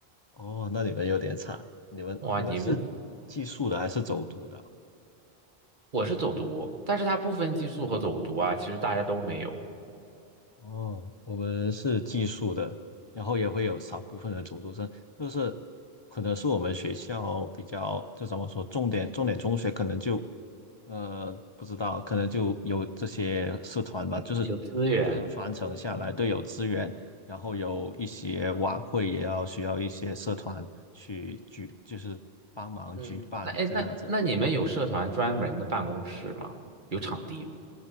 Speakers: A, on the left; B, on the right.
A: 哦，那你们有点惨，你们你们是寄宿的还是走读的？
B: 哇，你们我是走读，但是它不分寄宿和走读啊，其实大家都没有，
A: 哦，我们是寄宿的，然后也会有少部分的走读生，就是可能是我们学校比较，这怎么说，重点重点中学可能就，呃，不知道，可能就有这些社团吧，
B: 有有资源。
A: 就是这种传承下来都有资源，然后有一些晚会也要需要一些社团去举，就是帮忙举办这样子。
B: 嗯，那哎那那你们有社团专门的办公室吗？有场地吗？